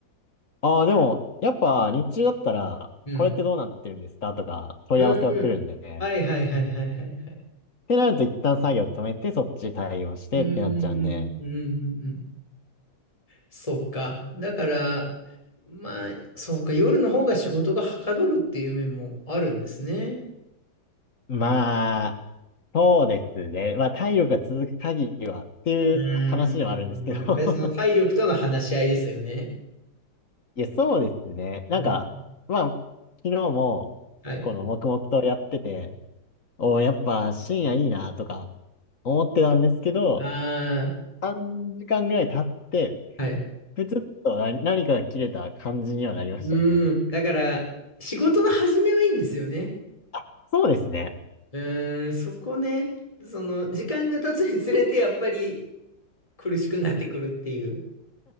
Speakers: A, on the left; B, on the left.
A: ああ、でも、やっぱ日中だったら、
B: うん。
A: これってどうなってるんですかとか問い合わせは来るんで。
B: うんうんはいはいはいはいはいはい。
A: ってなると一旦作業止めて、そっち対応してってなっちゃうんで。
B: うんうんうんうんうん。そっか。だから、まあ、そうか。夜の方が仕事がはかどるっていう面もあるんですね。
A: まあ、そうですね。まあ、体力が続く限りはっていう話ではあるんですけど
B: うーん。やっぱりその体力との話し合いですよね。
A: <laughs> いや、そうですね。なんか、
B: うん。
A: まあ、昨日も、
B: はい。
A: この黙々とやってて、おおやっぱ深夜いいなとか思ってたんですけど、
B: あ
A: 3時間ぐらい経って、
B: あ、はい。
A: プツッと何、何かが切れた感じにはなりましたね。
B: うーん。だから、仕事の始めはいいんですよね。
A: あ、そうですね。
B: うーん。そこね。その、時間が経つにつれて、やっぱり苦しくなってくるっていう。